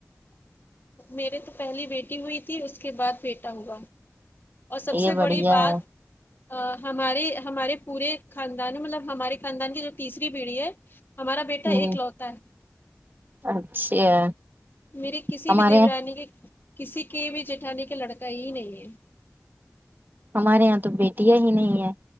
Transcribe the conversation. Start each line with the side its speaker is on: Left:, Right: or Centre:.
Left: میرے تو پہلی بیٹی ہوئی تھی اس کے بعد بیٹا ہوا اور سب سے
Right: یہ بڑھیا
Left: بڑی بات
Right: ہے
Left: اہ ہمارے ہمارے پورے خاندان میں مطلب ہمارے خاندان کی جو تیسری پیڈی ہے ہمارا بیٹا
Right: ہوں
Left: ایک لوتا ہے
Right: اچھا
Left: میری کسی
Right: ہمارے
Left: بھی دیورانی
Right: یہاں
Left: کے کسی کے بھی جیٹھانی کا لڑکا ہی نہیں ہے
Right: ہمارے یہاں تو بیٹیاں ہی نہیں ہے